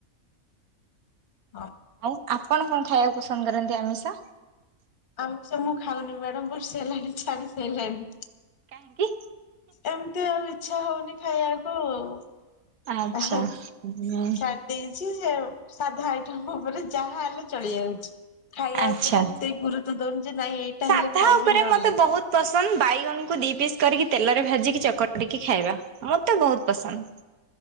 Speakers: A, on the left; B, on the right.
A: ହଁ।
B: ଆଉ ଆପଣ କଣ ଖାଇବାକୁ ପସନ୍ଦ କରନ୍ତି ଆମିଷ?
A: ଆମିଷ ମୁଁ ଖାଉନି ମ୍ୟାଡାମ ବର୍ଷେ ହେଲାଣି ଛାଡି ସଇଲାଣି।
B: କାହିଁକି?
A: ଏମିତି ଆଉ ଇଚ୍ଛା ହଉନି ଖାଇବାକୁ ଆଉ।
B: ଆଚ୍ଛା
A: ଆଉ
B: ହୁଁ
A: ଛାଡ଼ି ଦେଇଛି ସେ ଆଉ ସାଧା ଆଇଟମ ଉପରେ ଯାହା ହେଲେ ଚଳି ଯାଉଛି। ଖାଇବା
B: ଆଚ୍ଛା।
A: ଉପରେ ଏତେ ଗୁରୁତ ଦଉନି ଯେ ନାଇଁ ଏଇଟା
B: ସାଧା
A: ହେଲେ ଖାଇବି
B: ଉପରେ
A: ନହେଲେ
B: ମତେ
A: ନାଇଁ।
B: ବହୁତ ପସନ୍ଦ ବାଇଗଣକୁ ଦି ପିସ୍ କରିକି ତେଲରେ ଭାଜିକି ଚକଟିକି ଖାଇବା ମତେ ବୋହୁତ ପସନ୍ଦ